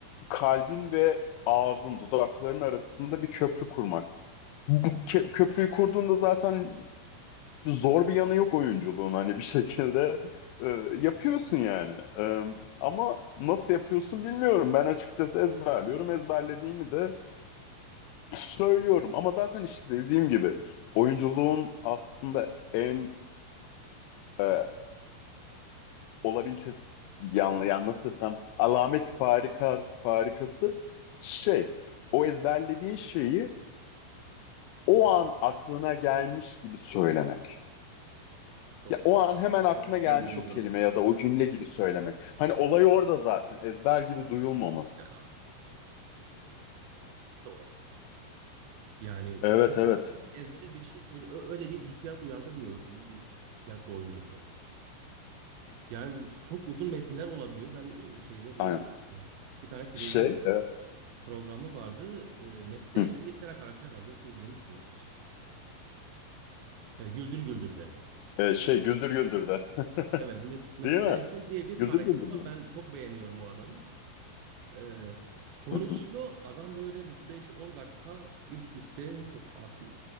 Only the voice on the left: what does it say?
kalbin ve ağzın, dudakların arasında bir köprü kurmak. Bu kö- köprüyü kurduğunda zaten zor bir yanı yok oyunculuğun hani bir <laughs> şekilde e, yapıyorsun yani. E, ama nasıl yapıyorsun bilmiyorum. Ben açıkçası ezberliyorum. Ezberlediğimi de söylüyorum. Ama zaten işte dediğim gibi oyunculuğun aslında en e, olabilitesi yanlı yani nasıl desem alamet farika farikası şey o ezberlediğin şeyi o an aklına gelmiş gibi söylemek.
Ya o an hemen aklına
gelmiş
o
kelime ya da o cümle gibi söylemek. Hani olay orada zaten. Ezber gibi duyulmaması.
Evet
evet.
Aynen.
Şey, e,
hı,
e, şey Güldür Güldür de. <laughs>
Değil mi?
Güldür
Güldür
de.
Hı hı.